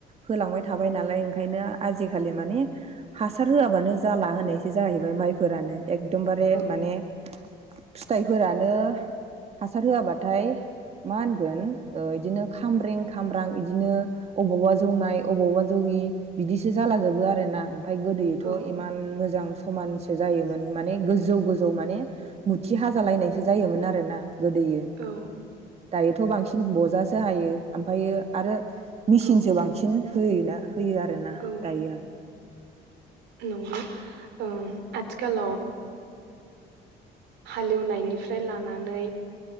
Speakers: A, on the right (about 40°); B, on the right (about 80°).
A: होलांबाय थाबाय नालाय ओंखायनो आजिखालि माने हासार होआबानो जाला होनायसो जाहैबाय माइफोरानो एकदमबारे
B: औ
A: माने फिथाइफोरानो हासार होआबाथाय मा होनगोन बिदिनो खामब्रें खामब्रां बिदिनो अबावबा जौनाय अबावबा जौयि बिदिसो जालाजोबो आरो ना । ओमफाय गोदोथ'
B: औ
A: इमान मोजां समानसो जायोमोन माने गोजौ गोजौ माने मुथि हाजालायनायसो जायोमोन आरोना गोदोयो
B: औ
A: दायोथ' बांसिन बजासो हायो ओमफ्रायो आरो मिसिंसो
B: औ
A: बांसिन होयोना । होयो आरोना
B: औ
A: दायोहाय ।
B: नंगौ ओम आथिखालाव हालेवनाय निफ्राय लानानै